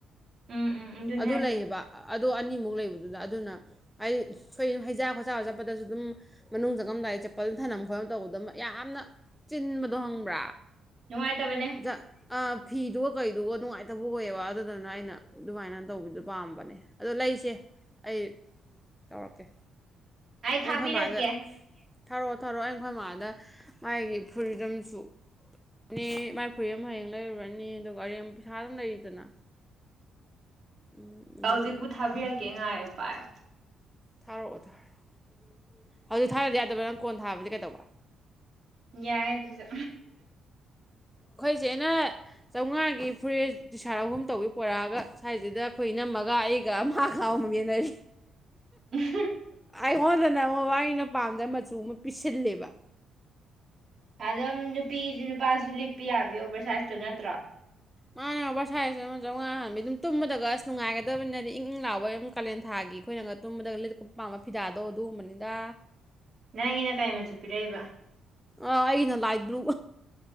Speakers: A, on the right; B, in the centre.
A: ꯎꯝ ꯎꯝ ꯑꯗꯨꯅꯦ
B: ꯑꯗꯨ
A: ꯍꯥꯏꯁꯦ
B: ꯂꯩꯌꯦꯕ ꯑꯗꯨ ꯑꯅꯤꯃꯨꯛ ꯂꯩꯕꯗꯨꯗ ꯑꯗꯨꯅ ꯍꯥꯏꯗꯤ ꯁꯣꯏ ꯍꯩꯖꯥ ꯈꯣꯠꯖꯥ ꯆꯠꯄꯗꯁꯨ ꯑꯗꯨꯝ ꯃꯅꯨꯡ ꯆꯪꯉꯝꯗꯥꯏꯗ ꯆꯄꯜ ꯊꯅꯝ ꯈꯣꯠꯅꯂꯝ ꯇꯧꯕꯗ ꯌꯥꯝꯅ ꯆꯤꯟꯕꯗꯣ ꯈꯪꯕ꯭ꯔꯥ
A: ꯅꯨꯡꯉꯥꯏꯇꯕꯅꯦ
B: ꯖ ꯑ ꯐꯤꯗꯨꯒ ꯀꯩꯗꯨꯒ ꯅꯨꯡꯉꯥꯏꯇꯕ ꯑꯣꯏꯌꯦꯕ ꯑꯗꯨꯗꯨꯅ ꯑꯩꯅ ꯑꯗꯨꯃꯥꯏꯅ ꯇꯧꯕꯤꯗꯨꯣ ꯄꯥꯝꯕꯅꯦ ꯑꯗꯣ ꯂꯩꯁꯦ ꯑꯩ ꯇꯧꯔꯛꯀꯦ
A: ꯑꯩ ꯊꯥꯕꯤꯔꯛꯀꯦ
B: ꯑꯩꯈꯣꯏ ꯃꯥꯥꯗ ꯊꯧꯔꯛꯑꯣ ꯊꯧꯔꯛꯑꯣ ꯑꯩꯈꯣꯏ ꯃꯥꯃꯥꯗ ꯃꯥꯒꯤ ꯐꯨꯔꯤ ꯑꯃꯁꯨ ꯅꯤ ꯃꯥꯏ ꯐꯨꯔꯤꯠ ꯑꯃ ꯍꯌꯦꯡ ꯂꯩꯔꯨꯔꯅꯤ ꯑꯗꯨꯒ ꯑꯔꯦꯝ ꯄꯩꯁꯥ ꯑꯗꯨꯝ ꯂꯩꯔꯤꯗꯅ ꯎꯝ
A: ꯍꯧꯖꯤꯛꯄꯨ
B: ꯑꯗꯨꯗꯨꯒ
A: ꯊꯥꯕꯤꯔꯛꯀꯦ ꯉꯥꯏ ꯎ ꯄꯥꯏ ꯑꯣ
B: ꯊꯥꯔꯛꯑꯣ ꯊꯥꯔꯑꯣ ꯍꯧꯗꯤ ꯊꯥꯅꯗꯤ ꯌꯥꯗꯕ꯭ꯔꯥ ꯅꯪ ꯀꯣꯟ ꯊꯥꯕꯗꯤ ꯀꯩꯗꯧꯕ
A: ꯌꯥꯏ ꯑꯗꯨꯁꯨ
B: ꯑꯩꯈꯣꯏ ꯆꯦ ꯅ ꯆꯥꯝꯃꯉꯥꯒꯤ ꯐꯨꯔꯤꯠ ꯇꯤꯁꯥꯔ ꯑꯍꯨꯝ ꯇꯧꯋꯤ ꯄꯣꯔꯛꯑꯒ ꯁ꯭ꯋꯥꯏꯁꯤꯗ ꯑꯩꯈꯣꯏ ꯏ ꯅꯝꯃꯒ ꯑꯩꯒ ꯑꯃꯒ ꯈꯥꯎ ꯑꯃ ꯌꯦꯟꯅꯔꯤ
A: ꯎꯝ
B: ꯑꯩꯉꯣꯟꯗꯅ ꯃꯕꯥꯟꯅꯤꯅ ꯄꯥꯝꯗꯕ ꯃꯆꯨ ꯑꯃ ꯄꯤꯁꯤꯜꯂꯦꯕ
A: ꯑꯗꯨꯝ ꯅꯨꯄꯤꯁꯨ ꯅꯨꯄꯥꯁꯨ ꯂꯤꯛꯄꯤ ꯌꯥꯕꯤ ꯑꯣꯕꯔꯁꯥꯏꯖꯇꯣ ꯅꯠꯇ꯭ꯔꯣ
B: ꯃꯥꯅꯦ ꯑꯣꯕꯔꯁꯥꯏꯁ ꯑꯃ ꯆꯥꯝꯃꯉꯥ ꯍꯥꯟꯕꯤ ꯑꯗꯨꯝꯇꯨꯝꯕꯤꯗꯒ ꯑꯁ ꯅꯨꯡꯉꯥꯏꯒꯗꯕꯅꯤꯅꯗꯤ ꯏꯪ ꯏꯪ ꯂꯥꯎꯕꯩ ꯑꯗꯨꯝ ꯀꯥꯂꯦꯟꯊꯥꯒꯤ ꯑꯩꯈꯣꯏꯅꯒ ꯇꯨꯝꯕꯗ ꯂꯤꯔꯛꯄ ꯄꯥꯝꯕ ꯐꯤꯗꯥꯗꯣ ꯑꯗꯨꯒꯨꯝꯕꯅꯤꯗ
A: ꯅꯪꯒꯤꯅ ꯀꯥꯏ ꯃꯆꯨ ꯄꯤꯔꯛꯏꯕ
B: ꯑꯥ ꯑꯩꯅ ꯂꯥꯏꯕ꯭ꯔꯨ